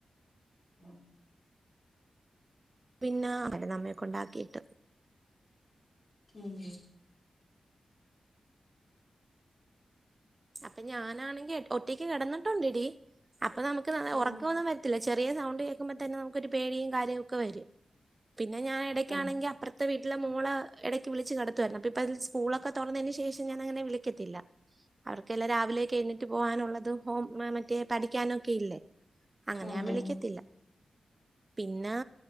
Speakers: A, on the left; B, on the right.
A: ഉം
B: പിന്നെ വര്ന്ന് അമ്മേ കൊണ്ടാക്കിയിട്ട്.
A: ഉം
B: അപ്പൊ ഞാനാണെങ്കി ഒറ്റയ്ക്ക് കെടന്നിട്ടുണ്ടെടി. അപ്പൊ നമുക്ക്
A: ഉം
B: ഒറക്കൊവൊന്നും വര ത്തില്ല. ചെറിയ സൗണ്ട് കേക്കുമ്പോ തന്നെ നമുക്ക് ഒരു പേടിയും കാര്യൊക്കെ വരും. പിന്നെ ഞാൻ എടയ്ക്കാണെങ്കി
A: ഉം
B: അപ്പർ ത്തെ വീട്ടിലെ മോള എടക്ക് വിളിച്ച് കെടത്തുവായിരുന്നു. അപ്പ പ്പതിന്ന് സ്കൂളൊക്കെ തൊറന്നേന് ശേഷം ഞാൻ അങ്ങനെ വിളിക്കത്തില്ല. അവർക്കെല്ലാം രാവിലെയൊക്ക എഴുനേറ്റ് പോകാനുള്ളതും ഹോം മറ്റേ പഠിക്കാനൊക്കെ ഇല്ലേ. അങ്ങനെ
A: ഉം
B: ഞാൻ വിളിക്കത്തില്ല. പിന്നാ